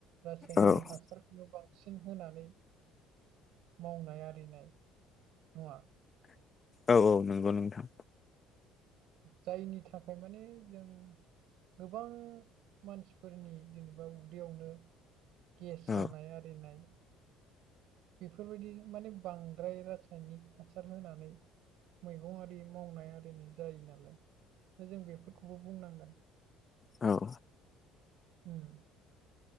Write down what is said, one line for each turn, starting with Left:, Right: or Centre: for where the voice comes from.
Right: रासायनारि
Left: औ
Right: हासार खौनो बांसिन होनानै मावनाय आरिनाय नङा
Left: औ औ नंगौ नोंथां
Right: जायनि थाखाय माने जों गोबां मानसिफोरनि जेनेबा उदैयावनो गेस
Left: औ
Right: जानाय आरिनाय बेफोरबायदि माने बांद्राय रासायनिक हासार होनानै मैगं आरि मावनाय आरिनि जायो नालाय दा जों बेफोरखौबो बुंनांगोन
Left: औ
Right: ओम